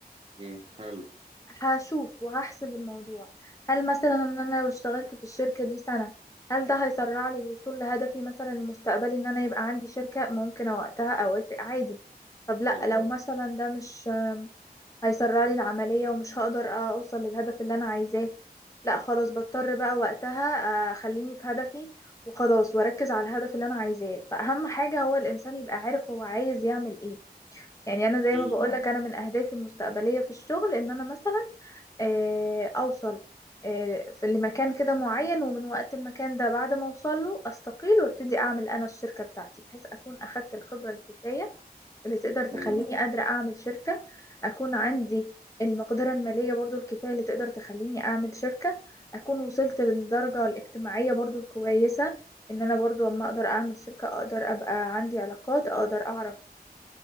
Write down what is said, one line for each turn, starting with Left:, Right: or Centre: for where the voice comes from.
Right: امم حلو
Left: فهشوف وهحسب الموضوع هل مثلا ان انا لو اشتغلت في الشركة دي سنة هل ده هيسرع لي الوصول لهدفي مثلا المستقبلي ان انا يبقى عندي شركة ممكن وقتها اوافق عادي طب لا
Right: حلو
Left: لو مثلا ده مش هيسرع لي العملية ومش هقدر اوصل للهدف اللي انا عايزاه لا خلاص بضطر بقى وقتها اخليني في هدفي وخلاص واركز على الهدف اللي انا عايزاه فاهم حاجة هو الانسان يبقى عارف هو عايز يعمل ايه يعني انا
Right: اكيد
Left: زي ما بقولك انا من اهدافي المستقبلية في الشغل ان انا مثلا آه، اوصل آه، في لمكان كده معين ومن وقت المكان ده بعد ما اوصل له استقيل وابتدي اعمل انا الشركة بتاعتي بحيث اكون اخدت الخبرة الكفاية اللي تقدر تخليني
Right: امم
Left: قادرة أعمل شركة أكون عندي المقدرة المالية برضو الكفاية اللي تقدر تخليني أعمل شركة أكون وصلت للدرجة الاجتماعية برضو الكويسة إن أنا برضو أما أقدر أعمل شركة أقدر أبقى عندي علاقات أقدر أعرف